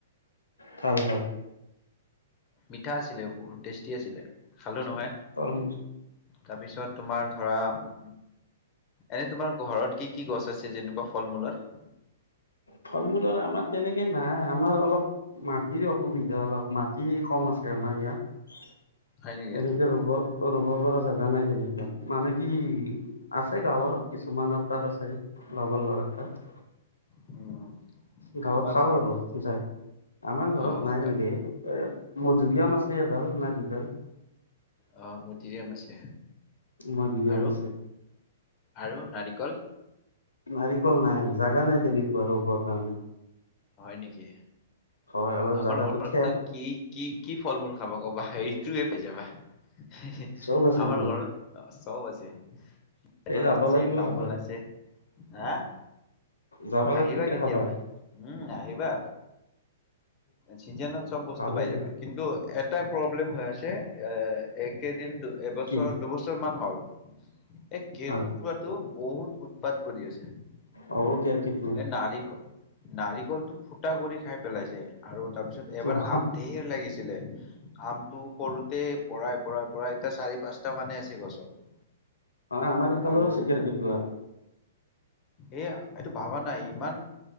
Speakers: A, on the left; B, on the left.
A: ভাল-ভাল
B: মিঠা আছিলে বহুত, টেষ্টি আছিলে। খালো নহয়।
A: তৰমুজ
B: তাৰপিছত তোমাৰ ধৰা উ এনে তোমাৰ ঘৰত কি-কি গছ আছে যেনেকুৱা ফল মূলত?
A: ফল মূলৰ আমাৰ তেনেকেই নাই আমাৰ অলপ মাটিৰ অসুবিধা অলপ মাটি কম আছে আমাৰ ইয়াত।
B: হয় নেকি?
A: এনেকে ৰুব, ৰুব পৰা জোগা নাই। তেনে মানে কি আছে গাঁৱৰ কিছুমানৰ তাত আছে লগৰ লৰাৰ তাত
B: উম
A: গাঁৱত
B: তোমাৰ
A: খাও
B: ঘৰত?
A: আৰু যাই আমাৰ ঘৰত
B: অ',
A: নাই
B: গা
A: তেনেকে এ মজুৰিআম আছে এডাল না দুডাল
B: অহ মধুৰিআম আছে
A: মধুৰিআম
B: আৰু
A: আছে
B: আৰু নাৰিকল
A: নাৰিকল নাই জাগা নাই তেনেকুৱা আৰু ব কাৰণে
B: হয় নেকি
A: হয় অলপ
B: আমাৰ
A: জাগাটো
B: ঘৰতটো
A: ঠেক
B: কি কি কি ফল মূল খাবা ক'বা সেই কি এটো জাগা হে হে
A: চব আছে
B: আমাৰ
A: নেকি
B: ঘৰত আছ চব আছে নাৰিকল
A: তে যাব
B: আছে
A: লাগিব
B: তামোল
A: খাব
B: আছে হা
A: যাব লাগিব
B: আহিবা
A: দে
B: কেতিয়াবা
A: খাবা
B: উম আহিবা চিজনত চব বস্তু
A: ভালে
B: পাই
A: দে
B: যাবা কিন্তু এটাই প্ৰব্লেম হৈ আছে এ একেদিন এবছৰ
A: কি
B: দুবছৰ মান হ'ল এই কেৰকেটুৱাটো
A: অ
B: বহুত <unintelligible> কত কৰি আছে এই
A: অ কেৰ্কেটুৱা
B: নাৰিক নাৰিকলটো ফুটা কৰি খাই পেলাইছে আৰু তাৰপিছত এবাৰ
A: অ
B: আম ঢেৰ লাগিছিলে আমটো সৰুতে পৰাই পৰাই পৰাই এতিয়া চাৰি পাঁচটা মানে আছে গছত
A: আমাৰ ইফালৰো
B: আৰু
A: আছে কেৰ্কেটুৱা
B: এই এইটো ভাবা নাই ইমান